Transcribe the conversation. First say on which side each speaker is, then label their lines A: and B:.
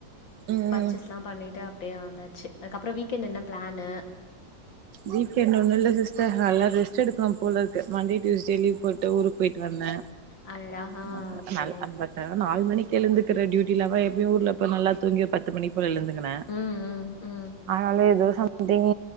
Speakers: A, on the right; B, on the left.
A: ம்
B: பர்ச்சேஸ்லாம
A: ம்
B: பண்ணிட்டு அப்படியே வந்தாச்சு அதுக்கப்பறோ வீக்கெண்ட் என்ன பிளானு
A: வீக்எண்ட் ஒன்னு இல்ல சிஸ்டர் நல்லா ரெஸ்ட்டு எடுக்கணு போலருக்கு மண்டே டியூஸ்டே லீவ் போட்டு ஊருக்கு போயிட்டு வந்தே
B: அடடா ஆ
A: <unintelligible>
B: ஓகே
A: நாலு மணிக்கு எழுந்துக்கிற டியூட்டில்லாம எப்பய ஊர்லப்ப நல்லா தூங்கி ப பத்து மணி போல எழுந்துக்குனே
B: ம் ம் ம்
A: அதனால ஏதோ சம்திங்